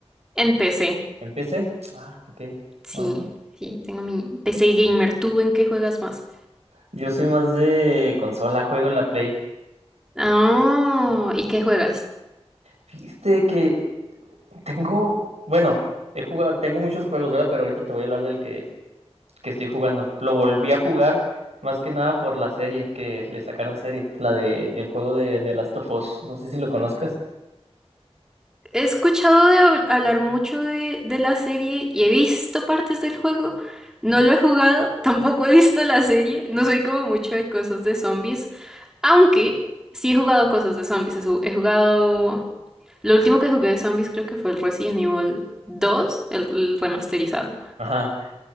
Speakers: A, in the centre; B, on the right.
A: En PC.
B: ¿En PC? Ah, ok.
A: Sí,
B: Oye,
A: sí, tengo mi PC gamer. ¿Tú en qué juegas más?
B: yo soy más de consola, juego en la Play.
A: Ah, ¿y qué juegas?
B: Fíjate que tengo, bueno, he jugado, tengo muchos juegos, ¿verdad? Pero ahorita te voy a hablar del que, que estoy jugando. Lo volví a jugar más que nada por la serie que le sacaron serie, la de el juego de, de Last of Us. No sé si lo conozcas.
A: He escuchado de hab- hablar mucho de, de la serie y he visto partes del juego. No lo he jugado, <laughs> tampoco he visto la serie. No soy como mucho de cosas de zombies. Aunque sí he jugado cosas de zombies. He su- he jugado Lo último que jugué de zombies creo que fue el Resident Evil 2, el, el remasterizado.
B: Ajá.